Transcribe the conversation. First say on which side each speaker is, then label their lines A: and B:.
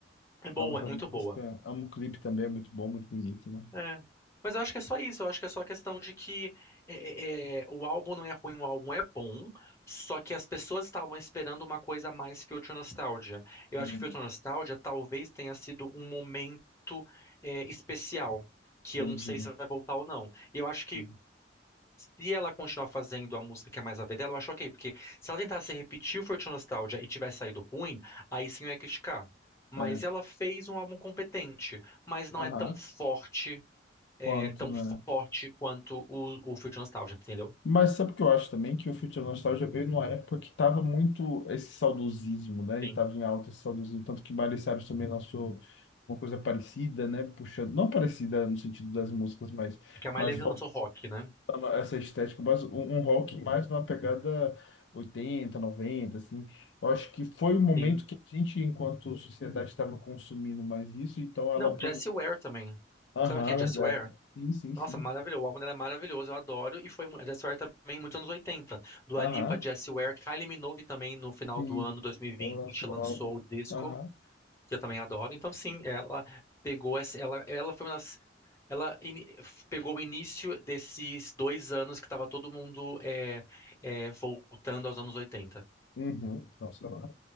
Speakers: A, on the left (about 15°); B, on the left (about 75°).
A: é boa,
B: Amo essa
A: é muito
B: música.
A: boa.
B: Amo o clipe também, é muito bom, muito bonito, né?
A: É. Mas eu acho que é só isso, eu acho que é só a questão de que é, é, é, o álbum não é ruim, o álbum é bom, só que as pessoas estavam esperando uma coisa a mais que Future Nostalgia. Eu
B: Uhum.
A: acho que Future Nostalgia talvez tenha sido um momento é, especial, que
B: Entendi.
A: eu não sei se vai voltar ou não. E eu acho que
B: Uhum.
A: Se ela continuar fazendo a música que é mais a ver dela, eu acho ok, porque se ela tentasse repetir o Forte Nostalgia e tivesse saído ruim, aí sim eu ia criticar. Mas
B: É.
A: ela fez um álbum competente, mas não
B: Aham.
A: é tão forte, é,
B: Quanto,
A: tão
B: né?
A: forte quanto o, o Forte Nostalgia, entendeu?
B: Mas sabe o que eu acho também? Que o Future Nostalgia veio numa época que estava muito esse saudosismo, né?
A: Sim.
B: E estava em alta esse saudosismo. Tanto que Miley Cyrus também lançou uma coisa parecida, né? Puxando, não parecida no sentido das músicas, mas,
A: Porque a Miley
B: mas
A: lançou
B: voltando
A: rock, né?
B: a essa estética, mas um, um rock mais numa pegada 80 noventa assim. Eu acho que foi o momento
A: Sim.
B: que a gente, enquanto sociedade, estava consumindo mais isso, então ela...
A: Não,
B: aproveitou.
A: Jessie Ware também.
B: Aham,
A: Sabe quem é Jessie
B: verdade.
A: Ware?
B: Sim, sim,
A: Nossa,
B: sim.
A: maravilhoso. O álbum era maravilhoso, eu adoro. E foi mu- a Jessie Ware também, muitos anos 80. Dua
B: Aham.
A: Lipa, Jessie Ware, Kylie Minogue também, no final
B: Sim,
A: do ano 2020,
B: ela lançou
A: lançou
B: o álbum.
A: o disco,
B: Aham.
A: que eu também adoro. Então, sim, ela pegou essa. Ela, ela foi uma das. Ela ini- f- pegou o início desses dois anos que estava todo mundo é, é, voltando aos anos 80.
B: Uhum. Nossa, eu amo.